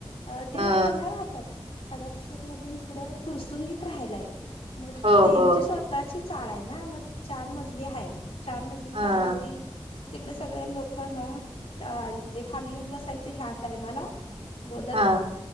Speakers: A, on the left; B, on the right.
A: अ त्यांनी
B: हा
A: ह्याला राहतात हाडपसर मधून थोडं फुरसुंगीत राहायला हाइत. मग
B: हो
A: त्यांची
B: हो
A: स्वतःची चाळ हाय ना म चार मजली आ हाय. चार मजली चाळ
B: हा
A: हाय ती तिकडे सगळ्या लोक ना चाळीतले खाली येऊन बसायचे ह्या टायमाला बोलत
B: हा